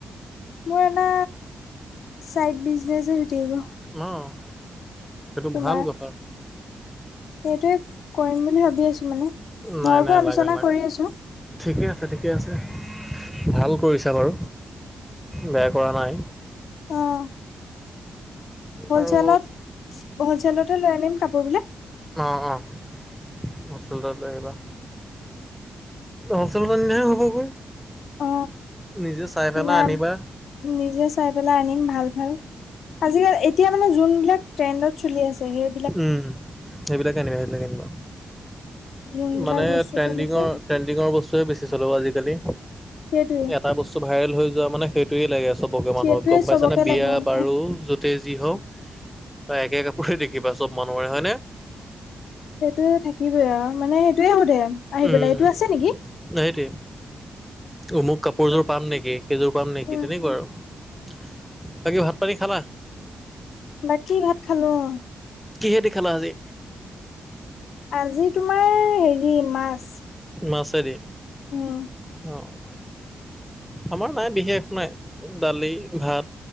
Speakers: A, on the left (about 80°); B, in the centre.
A: মোৰ এটা ছাইড বিজনেছ হৈ থাকিব।
B: অ', সেইটো
A: তোমাৰ
B: ভাল কথা।
A: সেইটোৱে কৰিম বুলি ভাবি আছোঁ মানে
B: নাই
A: ঘৰটো
B: নাই
A: আলোচনা
B: লাগা লাগা
A: কৰি আছোঁ।
B: ঠিকে আছে, ঠিকে আছে ভাল কৰিছা বাৰু বেয়া কৰা নাই।
A: অ', হ'লচেলত
B: আৰু
A: - হ'লচেলতে লৈ আনিম কাপোৰবিলাক
B: অ', অ', হলছেলতে লৈ আহিবা। হলচেলত আনিলহে হ'বগৈ
A: অ
B: নিজে চাই পেলাই
A: নাই
B: আনিবা।
A: নিজে চাই পেলাই আনিম ভাল ভাল। আজিকালি এতিয়া মানে যোনবিলাক ট্ৰেণ্ডত চলি আছে সেই
B: উম, সেইবিলাকে আনিবা সেইবিলাক আনিবা।
A: যোনবিলাক
B: মানে
A: বস্তু
B: ট্ৰেণ্ডিঙৰ
A: চলিছে
B: ট্ৰেণ্ডিঙৰ বস্তু বেছি চলিব আজি কালি,
A: সেইটোৱে
B: এটা বস্তু ভাইৰেল হৈ যোৱা মানে সেই সেইটোৱে লাগে চবকে
A: সেইটোৱে
B: মানুহক গম
A: চবকে
B: পাইছানে বিয়া
A: লাগে উম
B: বাৰু যতেই যি হওক তই একে কাপোৰে দেখিবা চব মানুহৰে হয়নে?
A: সেইটো থাকিবই আৰু মানে সেইটোয়ে সোধে আহি
B: উম
A: পেলাই এইটো আছে নেকি?
B: সেইটোৱে অমোক কাপোৰযোৰ পাম নেকি সেইযোৰ পাম নেকি
A: উম
B: তেনেকুৱা আৰু বাকী ভাত পানী খালা?
A: বাকী ভাত খালো অ'।
B: কিহেদিখালা আজি?
A: আজি তোমাৰ হেৰি মাছ।
B: মাছে দি
A: উম,
B: অ', আমাৰ নাই বিশেষ নাই দালি ভাত